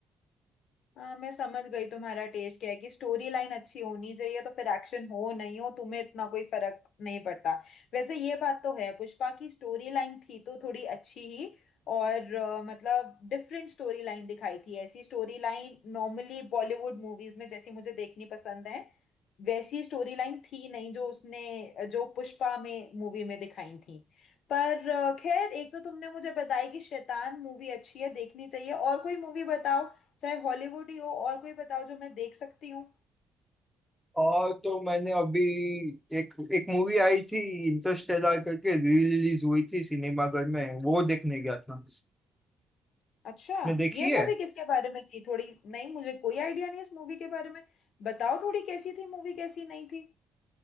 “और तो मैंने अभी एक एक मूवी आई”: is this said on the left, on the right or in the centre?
Centre